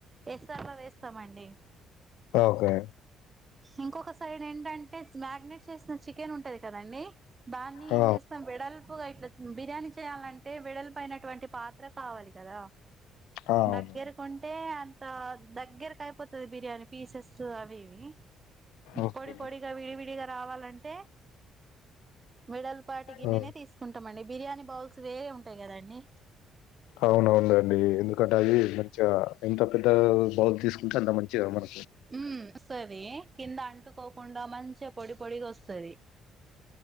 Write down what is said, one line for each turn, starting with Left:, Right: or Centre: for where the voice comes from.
Right: ఎసర్లో వేస్తామండి
Left: ఓకే
Right: ఇంకొక సైడ్ ఏంటంటే మ్యాగ్నేెట్ చికెన్ ఉంటది కదండి దాన్ని
Left: ఆ
Right: ఏంచేస్తాం వెడల్పుగా ఇట్ల బిర్యాని చేయ్యాలంటే వెడల్పు ఐనటువంటి పాత్ర కావాలి కదా
Left: ఆ అవును
Right: దగ్గర కొంటే అ ఆ దగ్గరకి అయిపోతది బిర్యానీ పీసెస్ అవి ఇవి
Left: ఓకే
Right: పొడి పొడిగా విడివిడిగా రావాలంటే వేడల్ పార్టి గిన్నెనే
Left: ఆ
Right: తీసుకుంటాం అండి బిర్యానీ బౌల్స్ వేరే ఉంటాయి కదండి
Left: అవునవును నండి ఎందుకంటే అది మంచిగా ఎంత పెద్ద బౌల్ తీసుకుంటే అంత మంచిగా మన
Right: ఉ సరే కింద అంటు పోకుండ మంచిగా పొడి పొడిగా ఒస్తుది